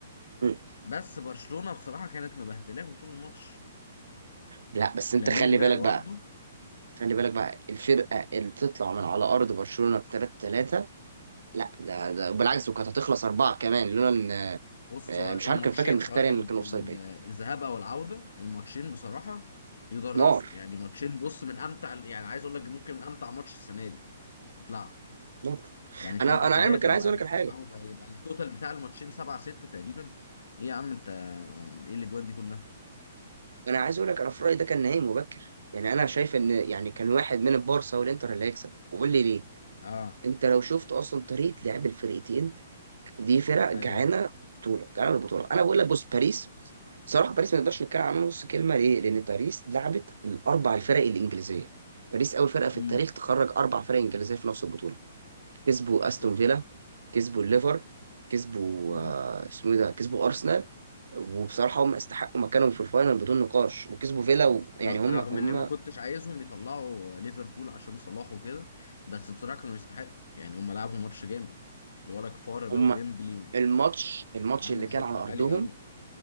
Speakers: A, on the right (about 85°); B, on the left (about 80°).
A: مم.
B: بس برشلونة بصراحة كانت مبهدلاهم طول الماتش
A: لا بس انت
B: لامين
A: خلي
B: ده
A: بالك
B: لوحده
A: بقى خلي بالك بقى الفرقه اللي تطلع من على ارض برشلونه ب 3 3 لا ده ده بالعكس وكانت هتخلص اربعه كمان لولا ان
B: بص
A: آه،
B: سواء
A: مش
B: الماتشين
A: عارف كان فاكر مختاري
B: سواء
A: ان
B: ال-
A: كان
B: ال-
A: اوفسايد باين
B: الذهاب او العودة الماتشين بصراحة يدرسوا
A: نار
B: يعني ماتشين بص من امتع يعني عايز اقول لك ممكن من امتع ماتش السنة دي اتلعب
A: نار
B: يعني 3
A: انا انا
B: 3
A: علمك انا
B: وبعدين
A: عايز اقول لك على حاجه
B: العودة يبقى التوتال بتاع الماتشين 7 6 تقريبا ايه يا عم انت ايه الاجوان دي كلها
A: انا عايز اقول لك انا في رايي ده كان نهائي مبكر يعني انا شايف ان يعني كان واحد من البارسا والانتر اللي هيكسب وقول لي ليه
B: اه
A: انت لو شفت اصلا طريقه لعب الفرقتين دي فرق جعانه
B: ايوه
A: بطوله جعانه البطوله انا بقول لك بص باريس صراحه باريس ما نقدرش نتكلم عنها نص كلمه ليه لان باريس لعبت الاربع الفرق الانجليزيه باريس اول فرقه في
B: امم
A: التاريخ تخرج اربع فرق انجليزيه في نفس البطوله كسبوا
B: بالظبط
A: استون فيلا كسبوا الليفر كسبوا
B: مم.
A: آه، اسمه إيه ده كسبوا ارسنال وبصراحه هم استحقوا مكانهم في الفاينل بدون نقاش وكسبوا فيلا و...
B: مم.
A: يعني
B: رغ-
A: هم
B: رغم
A: هم
B: ان ما كنتش عايزهم يطلعوا ليفربول عشان صلاح وكده بس بصراحه كانوا يستحقوا يعني هم لعبوا ماتش جامد الولا كفاره ده
A: هم
B: وديمبلي و...
A: الماتش الماتش
B: وعملوا
A: اللي كان
B: شغل
A: على
B: عالي
A: ارضهم
B: قوي